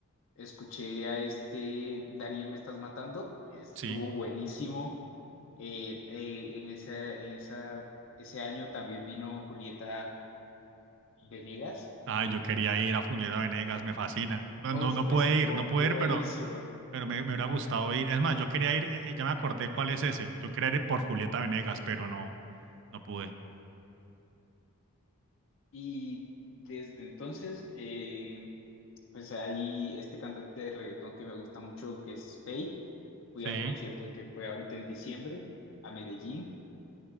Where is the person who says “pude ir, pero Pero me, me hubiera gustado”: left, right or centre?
Right